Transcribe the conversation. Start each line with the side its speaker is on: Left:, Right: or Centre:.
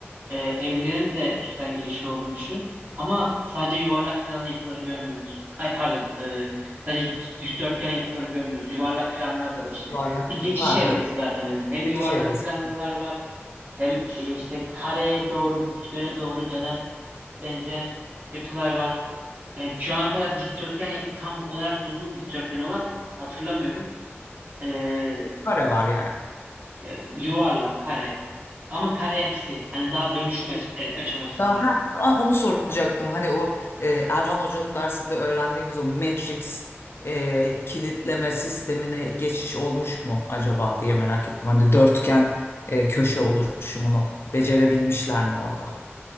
Right: Ee, evlerin de üstten girişli olduğunu düşün. Ama sadece yuvarlak planlı yapıları görmüyoruz. Ay pardon, ee, sadece dikdörtgen yapıları görmüyoruz. Yuvarlak planlar da var işte.
Left: Varlık
Right: Bir
Left: da.
Right: geçiş
Left: Ha
Right: evresi
Left: evet.
Right: zaten. hani hem yuvarlak
Left: Geçiş evresi.
Right: planlılar var, hem e, işte kareye doğru, dikdörtgene doğru dönen, benzeyen yapılar var. Yani şu ana kadar dikdörtgen yapı tam olarak bulunduğum dikdörtgen olan hatırlamıyorum. Ee,
Left: Kare var yani.
Right: e, yuvarlak, kare. Ama karemsi. Hani daha dönüşmez e, aşamasında.
Left: Daha, ha, a- onu soracaktım. Hani o e, Erhan Hoca'nın dersinde öğrendiğimiz o Matrix e, kilitleme sistemine geçiş olmuş mu acaba diye merak ettim. Hani dörtgen e, köşe oluşumunu becerebilmişler mi orada?